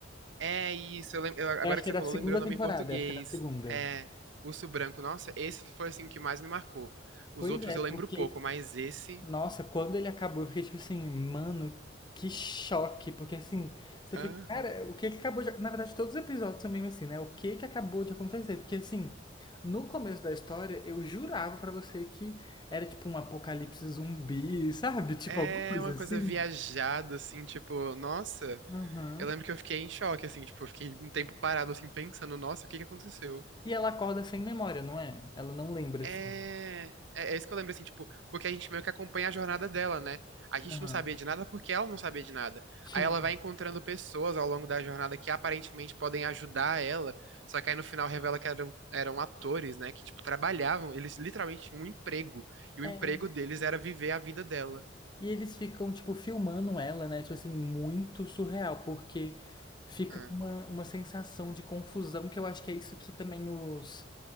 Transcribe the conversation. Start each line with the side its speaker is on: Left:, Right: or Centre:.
Right: É isso, eu lem- eu- agora
Left: Eu acho
Right: que
Left: que
Right: você
Left: é da
Right: falou,
Left: segunda
Right: lembrei o nome
Left: temporada,
Right: em português.
Left: eu acho que é da segunda.
Right: É, Urso Branco. Nossa, esse foi assim o que mais me marcou. Os
Left: Pois
Right: outros
Left: é,
Right: eu
Left: porque,
Right: lembro pouco, mas esse.
Left: nossa, quando ele acabou, eu fiquei tipo assim, mano, que choque. Porque assim, você
Right: aham.
Left: fica, cara, o que que acabou de. Na verdade, todos os episódios são meio assim, né? O que que acabou de acontecer? Porque assim, no começo da história, eu jurava pra você que era tipo um apocalipse zumbi, sabe? Tipo,
Right: É
Left: alguma coisa
Right: uma
Left: assim.
Right: coisa viajada, assim, tipo, nossa,
Left: Aham.
Right: eu lembro que eu fiquei em choque, assim, tipo, eu fiquei um tempo parado, assim, pensando, nossa, o que que aconteceu?
Left: E ela acorda sem memória, não é? Ela não lembra,
Right: É,
Left: assim.
Right: é, é isso que eu lembro, assim, tipo, porque a gente meio que acompanha a jornada dela, né? A gente
Left: Aham.
Right: não sabia de nada porque ela não sabia de nada.
Left: Sim.
Right: Aí ela vai encontrando pessoas ao longo da jornada que aparentemente podem ajudar ela, só que aí no final revela que eram, eram atores, né? Que, tipo, trabalhavam, eles literalmente tinham um emprego, e o
Left: É.
Right: emprego deles era viver a vida dela.
Left: E eles ficam, tipo, filmando ela, né? Tipo assim, muito surreal, porque fica
Right: Ah,
Left: com uma, uma sensação de confusão, que eu acho que é isso que também os,